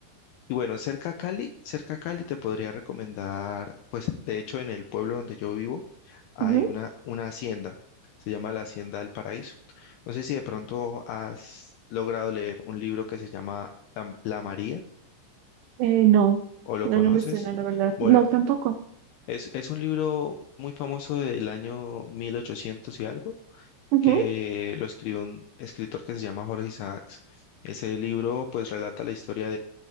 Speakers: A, on the left; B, on the right.
A: Y bueno, cerca a Cali, cerca a Cali te podría recomendar, pues de hecho en el pueblo donde yo vivo hay
B: Ujú.
A: una, una hacienda, se llama la Hacienda del Paraíso. No sé si de pronto has logrado leer un libro que se llama La, La María
B: Eh, no,
A: o lo
B: no,
A: conoces.
B: no me suena, la verdad.
A: Bueno,
B: No, tampoco.
A: es, es un libro muy famoso del año 1800 y algo,
B: Ujú,
A: que lo escribió un escritor que se llama Jorge Isaacs. Ese libro pues relata la historia